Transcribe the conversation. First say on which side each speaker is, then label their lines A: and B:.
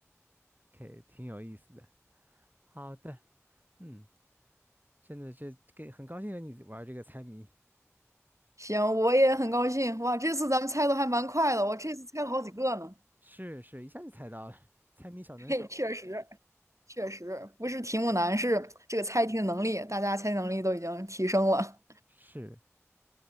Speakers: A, on the right (about 35°); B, on the right (about 75°).
A: 可以 <laughs>，挺有意思的。好的，嗯，真的这给很高兴跟你玩这个猜谜，
B: 行，我也很高兴，哇，这次咱们猜的还蛮快的，我这次猜了好几个呢。
A: 是是，一下就猜到了，<laughs> 猜谜小能手，
B: 嘿，确实确实不是题目难，是这个猜题的能力，大家猜题能力都已经提升了。
A: 是。